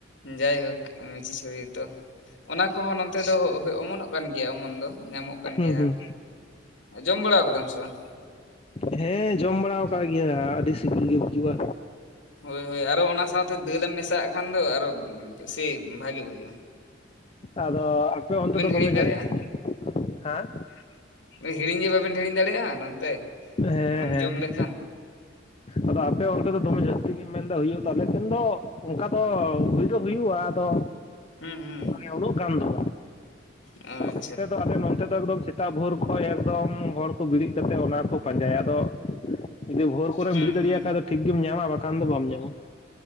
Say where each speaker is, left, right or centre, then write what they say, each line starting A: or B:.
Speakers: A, on the left; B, on the left.
A: ᱡᱟᱭᱦᱳᱠ ᱢᱩᱪᱤ ᱪᱷᱩᱨᱤ ᱛᱚ᱾ ᱚᱱᱟ ᱠᱚᱦᱚᱸ ᱱᱚᱱᱛᱮ ᱫᱚ ᱦᱚ ᱦᱚᱭ ᱚᱢᱚᱱᱚᱜ ᱠᱟᱱ ᱜᱮᱭᱟ ᱚᱢᱚᱱ ᱫᱚ ᱧᱟᱢᱚᱜ ᱠᱟᱱ ᱜᱮᱭᱟ
B: ᱦᱩᱸ ᱦᱩᱸ
A: ᱟᱨ ᱡᱚᱢ ᱵᱟᱲᱟ ᱟᱠᱟ ᱫᱟᱢ ᱥᱮ ᱵᱟᱝ?
B: ᱦᱮᱸ ᱡᱚᱢ ᱵᱟᱲᱟ ᱣᱟᱠᱟᱜ ᱜᱤᱭᱟ, ᱟᱹᱰᱤ ᱥᱤᱵᱤᱞ ᱜᱮ ᱵᱩᱡᱽᱼᱩᱜᱼᱟ᱾
A: ᱦᱳᱭ ᱦᱳᱭ ᱟᱨᱚ ᱚᱱᱟ ᱥᱟᱶᱛᱮ ᱫᱟᱹᱞ ᱮᱢ ᱢᱮᱥᱟᱼᱟᱜ ᱠᱷᱟᱱ ᱫᱚ ᱟᱨᱚ ᱥᱟᱹᱭ ᱵᱷᱟᱹᱜᱤ ᱵᱩᱡᱽᱼᱩᱜᱼᱟ᱾
B: ᱟᱫᱚ ᱟᱯᱮ ᱚᱱᱛᱮ ᱫᱚ
A: ᱦᱤᱲᱤᱧ
B: ᱫᱚᱢᱮ
A: ᱫᱟᱲᱮᱭᱟᱜᱼᱟ
B: ᱡᱟᱹᱥ <unintelligible> ᱦᱟᱸ
A: <unintelligible> ᱦᱤᱲᱤᱧ ᱜᱮ ᱵᱟᱹᱵᱤᱱ ᱦᱤᱲᱤᱧ ᱫᱟᱲᱮᱜᱼᱟ ᱱᱚᱱᱛᱮ,
B: ᱦᱮᱸ
A: ᱚᱱᱟᱢ
B: ᱦᱮᱸ᱾
A: ᱡᱚᱢ ᱞᱮᱠᱷᱟᱱ
B: ᱟᱫᱚ ᱟᱯᱮ ᱚᱱᱛᱮ ᱫᱚ ᱫᱚᱢᱮ ᱡᱟᱹᱥᱛᱤ ᱜᱮᱢ ᱢᱮᱱ ᱮᱫᱟ ᱦᱩᱭᱩᱜᱼᱟ, ᱛᱚ ᱟᱞᱮ ᱥᱮᱱ ᱫᱚ ᱚᱸᱠᱟ ᱫᱚ ᱦᱩᱭ ᱫᱚ ᱦᱩᱭᱩᱜᱼᱟ, ᱟᱫᱚ
A: ᱦᱩᱸ ᱦᱩᱸ,
B: ᱢᱟᱱᱮ ᱚᱞᱚᱜ ᱜᱟᱱ ᱫᱚ ᱵᱟᱝᱼᱟ ᱾
A: ᱟᱨ
B: ᱱᱚᱱᱛᱮ ᱫᱚ ᱟᱞᱮ ᱱᱚᱱᱛᱮ ᱫᱚ ᱮᱠᱫᱚᱢ ᱥᱮᱛᱟᱜ ᱵᱷᱳᱨ ᱠᱷᱚᱡ ᱮᱠᱫᱚᱢ ᱦᱚᱲ ᱠᱚ ᱵᱤᱨᱤᱫ ᱠᱟᱛᱮᱜ ᱚᱱᱟ ᱠᱚ ᱯᱟᱸᱡᱟᱭᱟ ᱟᱫᱚ ᱡᱩᱫᱤ ᱵᱷᱳᱨ ᱠᱚᱨᱮᱢ
A: ᱦᱩᱸ
B: ᱵᱤᱨᱤᱫ ᱫᱟᱹᱲᱤᱭᱟᱜ
A: ᱦᱩᱸ
B: ᱠᱷᱟᱜ ᱫᱚ ᱴᱷᱤᱠ ᱜᱮᱢ ᱧᱟᱢᱼᱟ ᱵᱟᱸᱠᱷᱟᱱ ᱫᱚ ᱵᱟᱢ ᱧᱟᱢᱼᱟ᱾